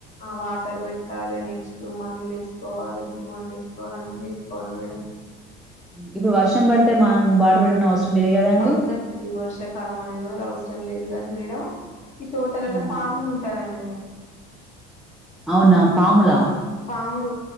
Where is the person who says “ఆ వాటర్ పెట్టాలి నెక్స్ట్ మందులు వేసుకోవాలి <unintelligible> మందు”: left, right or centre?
Left